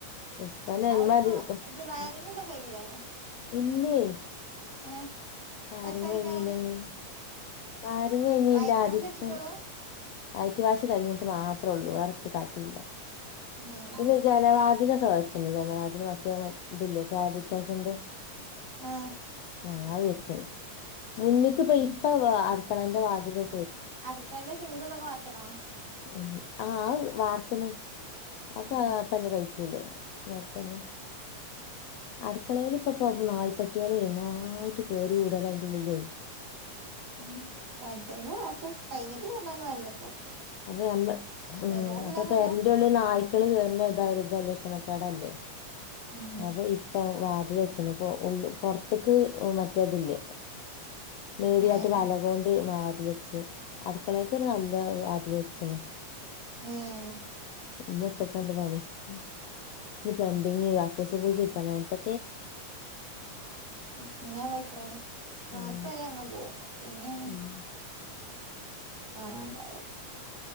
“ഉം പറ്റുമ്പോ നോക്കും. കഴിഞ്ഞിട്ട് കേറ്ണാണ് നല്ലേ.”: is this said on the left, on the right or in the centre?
Right